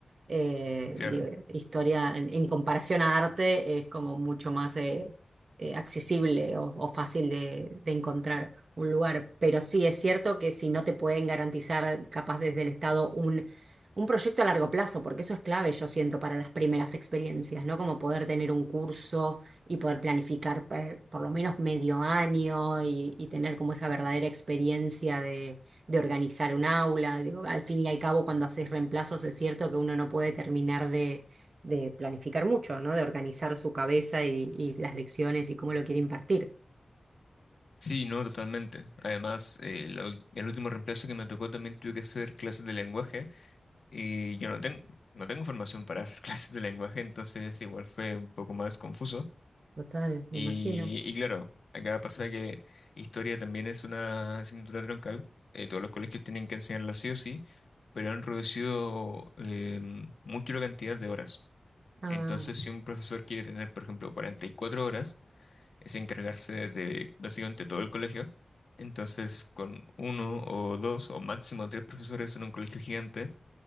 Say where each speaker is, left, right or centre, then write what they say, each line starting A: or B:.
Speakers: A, on the right (about 55°); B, on the left (about 60°).
A: Eh,
B: claro.
A: digo, historia en, en comparación a arte es como mucho más eh, eh, accesible o, o fácil de de encontrar un lugar. Pero sí, es cierto que si no te pueden garantizar, capaz desde el Estado, un, un proyecto a largo plazo, porque eso es clave, yo siento, para las primeras experiencias, ¿no? Como poder tener un curso y poder planificar eh, por lo menos medio año y, y tener como esa verdadera experiencia de, de organizar un aula. Digo, al fin y al cabo, cuando haces reemplazos, es cierto que uno no puede terminar de... de planificar mucho, ¿no? De organizar su cabeza y, y las lecciones y cómo lo quiere impartir.
B: Sí, no, totalmente. Además, eh, la ul- el último reemplazo que me tocó también tuve que hacer clases de lenguaje y yo no tengo, no tengo formación para hacer <laughs> clases de lenguaje, entonces igual fue un poco más confuso.
A: Total, me
B: Y,
A: imagino.
B: y claro, acá pasa que historia también es una asignatura troncal. eh, todos los colegios tienen que enseñarla sí o sí, pero han reducido eh, mucho la cantidad de horas.
A: Ah,
B: Entonces, si un profesor quiere tener, por ejemplo, 44 horas, es encargarse de básicamente todo el colegio. Entonces, con uno o dos o máximo tres profesores en un colegio gigante,